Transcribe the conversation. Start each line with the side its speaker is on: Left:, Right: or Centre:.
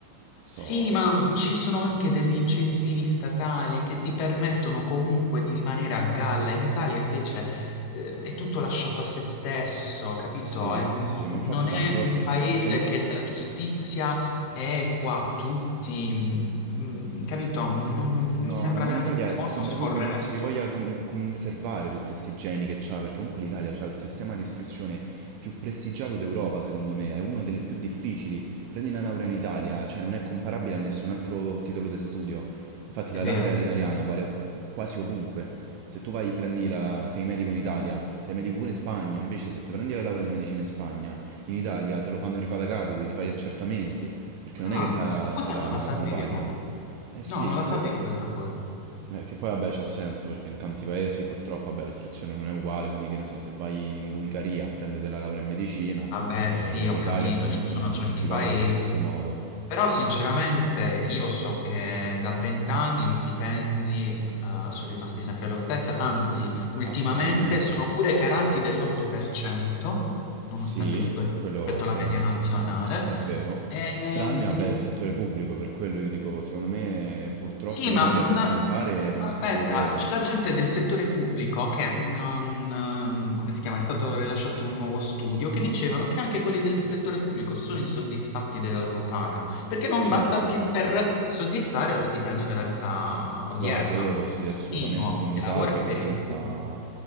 Right: so...
Left: Sì, ma ci sono anche degli incentivi statali che ti permettono comunque di rimanere a galla. In Italia invece eh, è tutto lasciato a se stesso, capito?
Right: Sì,
Left: E
Right: sì,
Left: non
Right: sì, ma infatti
Left: non
Right: tante
Left: è
Right: volte...
Left: un paese
Right: Cioè, lì-
Left: che dà giustizia equa a tutti, mm, mm, capito? Non- mi
Right: No,
Left: sembra
Right: no, ma
Left: veramente
Right: l'Italia
Left: molto
Right: sembra
Left: scorretto,
Right: proprio che non se li voglia con- conservare tutti questi geni che c'ha, perché comunque l'Italia c'ha il sistema di istruzione più prestigiato d'Europa, secondo me, è uno delle più difficili. Prendi una laurea in Italia, cioè non è comparabile a nessun altro titolo di studio. Infatti
Left: è
Right: la
Left: vero.
Right: laurea italiana vale quasi ovunque. Se tu vai, prendi la, sei medico in Italia, sei medico pure in Spagna, invece se te prendi la laurea di medicina in Spagna, in Italia te lo fanno rifare da capo, ti fai gli accertamenti, perché non
Left: Ah,
Right: è che ta-
Left: questa cosa
Right: te la
Left: non la sapevo.
Right: convalidano.
Left: No,
Right: Eh sì,
Left: non la
Right: pure...
Left: sapevo questa cosa.
Right: Eh, che poi vabbè c'ha senso perché in tanti paesi purtroppo vabbè, l'istruzione non è uguale, quindi che ne so, se vai in Bulgaria a prendere la laurea in medicina,
Left: Vabbè,
Right: eh,
Left: sì,
Right: in
Left: ho
Right: Italia
Left: capito,
Right: ovviamente
Left: ci sono
Right: non,
Left: certi
Right: non ti vale
Left: paesi,
Right: allo stesso modo.
Left: però sinceramente io so che da 30 anni gli stipendi eh, sono rimasti sempre lo stesso, anzi, ultimamente
Right: Assolutamente.
Left: sono pure calati dell'8%, nonostante
Right: Sì,
Left: tutto
Right: quello,
Left: rispetto alla
Right: quello
Left: media
Right: è molto...
Left: nazionale.
Right: è vero.
Left: E,
Right: Tranne, vabbè, il settore pubblico, per quello io dico, secondo me purtroppo
Left: sì,
Right: in
Left: ma
Right: Italia per
Left: una...
Right: campare è rimasto
Left: aspetta,
Right: solo quello.
Left: c'è la gente del settore pubblico che è un, um, um, come si chiama? È stato rilasciato un nuovo studio che dicevano che anche quelli del settore pubblico sono insoddisfatti della loro paga, perché non
Right: Certo,
Left: basta più
Right: certo.
Left: per soddisfare lo stipendio della vita odierna.
Right: Guarda, io te
Left: Un
Right: lo posso
Left: postino
Right: dire assolutamente con mio
Left: che lavora
Right: padre
Left: per
Right: che lui
Left: il
Right: sta,
Left: pubblico